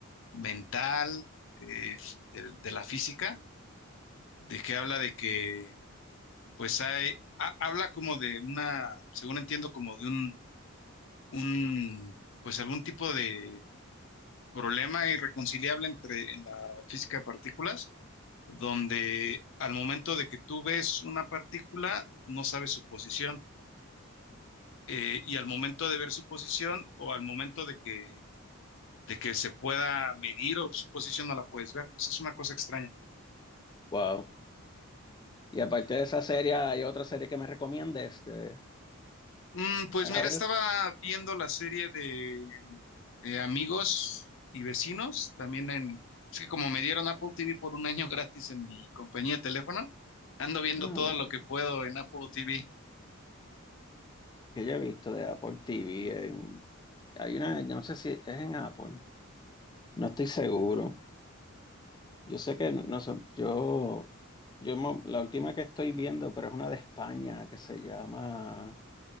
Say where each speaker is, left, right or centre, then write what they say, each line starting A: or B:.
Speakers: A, on the left; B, on the left.
A: mental eh, de, de la física, de que habla de que, pues hay, ha- habla como de una, según entiendo, como de un un, pues algún tipo de problema irreconciliable entre en la física de partículas, donde al momento de que tú ves una partícula, no sabes su posición, eh, y al momento de ver su posición o al momento de que, de que se pueda medir o su posición, no la puedes ver. Pues es una cosa extraña.
B: Wow. Y aparte de esa serie, ¿hay otra serie que me recomiendes de,
A: Mm, pues
B: para
A: mira,
B: ver?
A: estaba viendo la serie de eh, Amigos y Vecinos, también en... Es que como me dieron Apple TV por un año <laughs> gratis en mi compañía de teléfono, ando viendo
B: Ah,
A: todo lo que puedo en Apple TV.
B: que yo he visto de Apple TV en, hay una, no sé si es en Apple, no estoy seguro. Yo sé que no son, yo, yo mo- la última que estoy viendo, pero es una de España que se llama